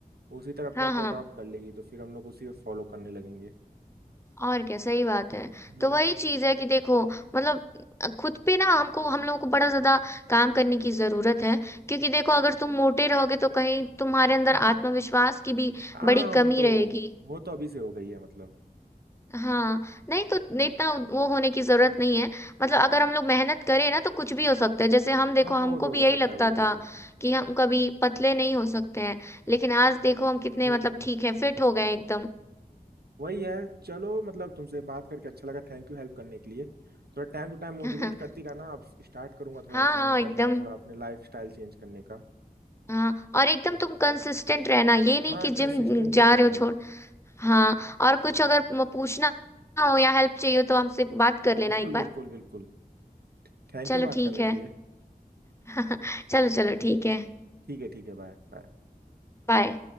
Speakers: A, on the right; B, on the left.
A: वो उसी तरह अपने
B: हाँ
A: आप
B: हाँ
A: को एडॉप्ट कर लेगी तो फिर हम लोग उसी में फॉलो करने लगेंगे
B: और क्या सही बात है
A: हम्म
B: तो वही चीज है कि देखो मतलब खुद पे ना हमको हम लोगों को बड़ा ज्यादा काम करने की जरूरत है क्योंकि देखो अगर तुम मोटे रहोगे तो कहीं तुम्हारे अंदर
A: <laughs>
B: आत्मविश्वास की भी
A: हाँ
B: बड़ी
A: वो
B: कमी
A: तो
B: रहेगी
A: वो तो अभी से हो गई है मतलब
B: हाँ नहीं तो
A: हम्म
B: नहीं इतना वो होने की जरूरत नहीं है मतलब अगर हम लोग मेहनत करें ना तो कुछ भी हो सकता है जैसे हम देखो
A: हाँ
B: हमको
A: वो तो
B: भी
A: हो
B: यही
A: सकता
B: लगता
A: है वो तो
B: था
A: हो सकता है
B: कि हम कभी पतले नहीं हो सकते हैं लेकिन आज देखो हम कितने
A: हम्म
B: मतलब ठीक है फिट हो गए हैं एकदम
A: वही है चलो मतलब तुमसे बात करके अच्छा लगा थैंक यू हेल्प करने के लिए थोड़ा टाइम टू टाइम मोटिवेट
B: <laughs>
A: करती रहना अब स्टार्ट करूंगा थोड़ा
B: हाँ
A: जिम
B: हाँ एकदम
A: करना थोड़ा अपने लाइफ स्टाइल चेंज करने का
B: हाँ और एकदम
A: हम्म,
B: तुम कंसिस्टेंट रहना ये नहीं
A: हाँ
B: कि
A: कंसिस्टेंट
B: जिम जा
A: तो रहूंगा
B: रहे हो छोड़
A: ही
B: हाँ और कुछ
A: हम्म।
B: अगर म- पूछना हो या हेल्प चाहिए हो तो हमसे बात कर लेना
A: बिल्कुल
B: एक बार
A: बिल्कुल बिल्कुल थैंक
B: चलो
A: यू बात
B: ठीक
A: करने
B: है
A: के लिए
B: <laughs> चलो चलो ठीक है
A: ठीक है ठीक है बाय बाय
B: बाय